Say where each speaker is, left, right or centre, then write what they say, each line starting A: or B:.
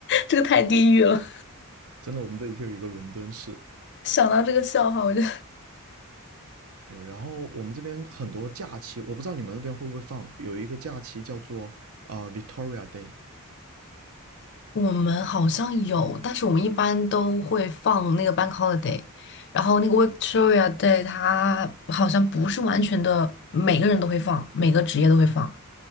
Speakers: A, on the left; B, on the right.
A: 这个太地狱了。
B: 真的，我们这里就有一个伦敦市。
A: 想到这个笑话，我就
B: 对，然后我们这边很多假期，我不知道你们那边会不会放，有一个假期叫做啊、呃 Victoria Day。
A: 我们好像有，但是我们一般都会放那个 bank holiday，然后那个 Victoria Day 它好像不是完全的，每个人都会放，每个职业都会放。